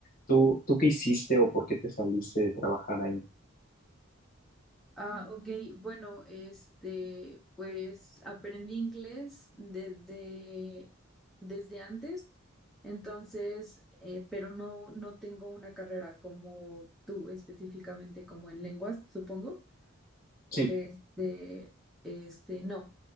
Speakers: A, on the left; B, in the centre.
A: ¿Tú, tú qué hiciste o por qué te saliste de trabajar ahí?
B: Ah, ok, bueno, este, pues aprendí inglés desde, desde antes, entonces, eh, pero no, no tengo una carrera como tú específicamente, como en lenguas, supongo.
A: Sí,
B: Este, este, no.